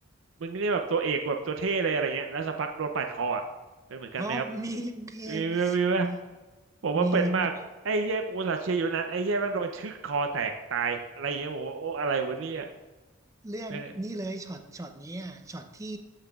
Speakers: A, on the right; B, on the right.
A: มึงนี่แบบตัวเอกแบบตัวเท่เลยอะไรเงี้ยแล้วสักพักโดนปาดคออ่ะเป็นเหมือนกันไหมครับ
B: อ๋อมี มี
A: มีไหมมีไหม
B: มี
A: ผมว่าเป็นมากไอ้เหี้ยกูอุตสัตว์เชียร์อยู่นั้นไอ้เหี้ยแม่งโดนชึกคอแตกตายอะไรอย่างเงี้ยผมว่าโอ้อะไรวะเนี่ย
B: มี มีมี เรื่องนี้เลยช็อตช็อตนี้อะช็อตที่
A: เม่